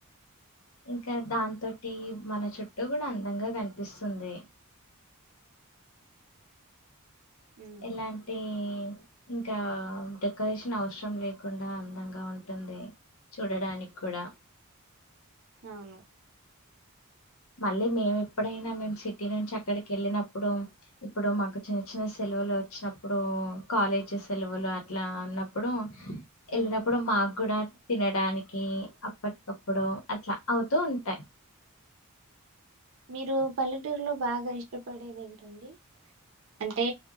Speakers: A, on the left; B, on the right.
A: ఇంక దాని తోటి మన చుట్టూ కూడా అందంగా కనిపిస్తుంది
B: ఉమ్
A: ఎలాంటి ఇంకా డెకరేషన్ అవసరం లేకుండా అందంగా ఉంటుంది చూడడానికి కూడా
B: అవును
A: మళ్ళీ మేము ఎప్పుడైనా మేము సిటీ నుంచి అక్కడికి ఎళ్ళినప్పుడు ఇప్పుడు మాకు చిన్న చిన్న సెలవులు వచ్చినప్పుడు కాలేజ్ సెలవులు అట్లా ఉన్నప్పుడు ఎళ్ళినప్పుడు
B: ఉమ్
A: మాకు కూడా తినడానికి అప్పటికప్పుడు అట్లా అవుతూ ఉంటాయ్
B: మీరు పల్లెటూరులో బాగా ఇష్టపడేది ఏంటండి అంటే